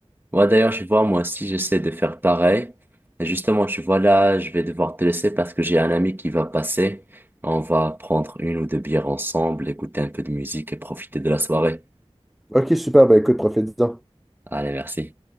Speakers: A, on the right; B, in the centre.
A: Ouais, d'ailleurs, je vois, moi aussi, j'essaie de faire pareil. Et justement, tu vois, là, je vais devoir te laisser parce que j'ai un ami qui va passer. On va prendre une ou deux bières ensemble, écouter un peu de musique et profiter de la soirée.
B: Ok, super, ben écoute, profite-en.
A: Allez, merci.